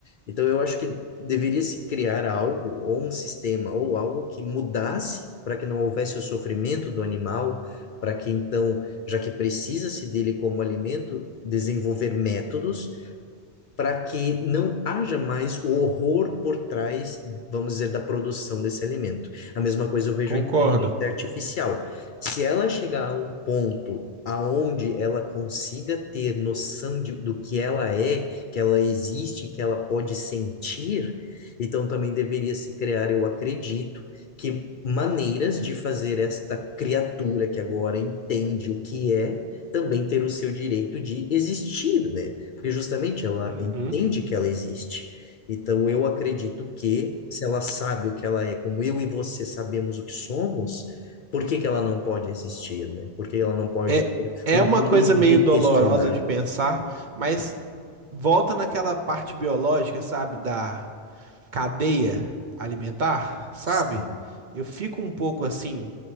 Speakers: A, on the left; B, on the right.
A: Então, eu acho que deveria se criar algo, ou um sistema, ou algo que mudasse para que não houvesse o sofrimento do animal, para que então, já que precisa-se dele como alimento, desenvolver métodos para que não haja mais o horror por trás, vamos dizer, da produção desse alimento. A mesma coisa eu vejo
B: Concordo.
A: a inteligência artificial. Se ela chegar a um ponto aonde ela consiga ter noção de, do que ela é, que ela existe, que ela pode sentir, então também deveria se criar, eu acredito, que maneiras de fazer esta criatura que agora entende o que é, também ter o seu direito de existir, né? Porque justamente ela
B: Uhum.
A: entende que ela existe. Então eu acredito que se ela sabe o que ela é, como eu e você sabemos o que somos, por que que ela não pode existir, né? Por que ela não pode
B: É,
A: ter
B: é
A: o direito
B: uma coisa meio
A: de
B: dolorosa
A: questionar?
B: de pensar, mas volta naquela parte biológica, sabe? Da cadeia alimentar, sabe?
A: Sim.
B: Eu fico um pouco assim.